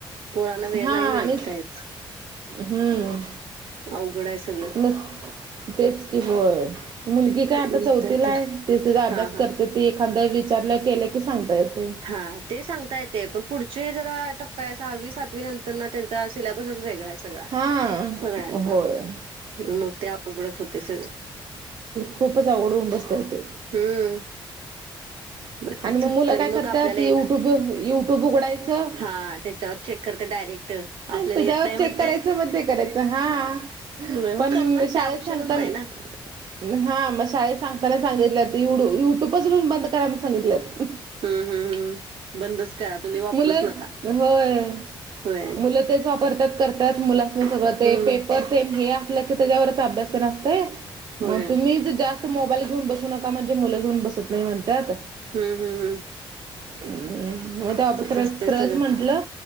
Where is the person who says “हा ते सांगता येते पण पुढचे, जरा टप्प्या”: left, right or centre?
Right